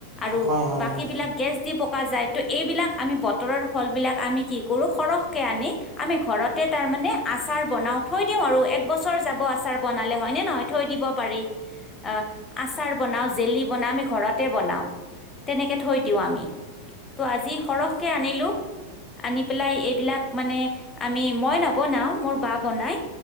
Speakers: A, on the left (about 20°); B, on the right (about 30°).
A: আৰু
B: হয় হয়
A: বাকী
B: হয়
A: বিলাক গেছ দি পকা যায়। ত' এইবিলাক আমি বতৰৰ ফল বিলাক আমি কি কৰো সৰহ আনি আমি ঘৰতে তাৰে মানে আচাৰ বনাও থৈ দিও আৰু এক বছৰ যাব আচাৰ বানালে। হয় ন নহয় থৈ দিব পাৰি। অ আচাৰ বনাওঁ জেলি বনাও আমি ঘৰতে বনাও। তেনেকে থৈ দিওঁ আমি। ত' আজি সৰহকে আনিলো আনি পেলাই এইবিলাক মানে আমি মই নবনাও মোৰ বা বনায়।